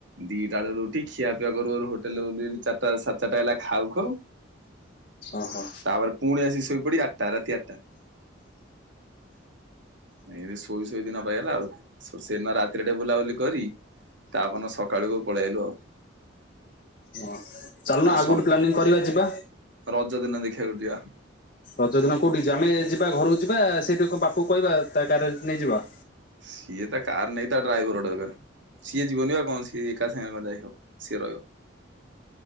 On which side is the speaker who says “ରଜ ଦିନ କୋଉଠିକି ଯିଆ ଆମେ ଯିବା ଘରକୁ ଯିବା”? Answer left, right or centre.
Left